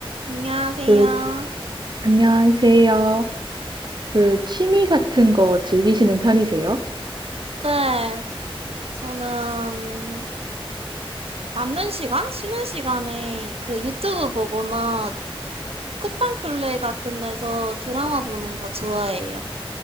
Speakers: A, on the right; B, on the right.
A: 안녕하세요.
B: 그, 안녕하세요. 그, 취미 같은 거 즐기시는 편이세요?
A: 네, 저는 남는 시간? 쉬는 시간에 그 유튜브 보거나 쿠팡 플레이 같은 데서 드라마 보는 거 좋아해요.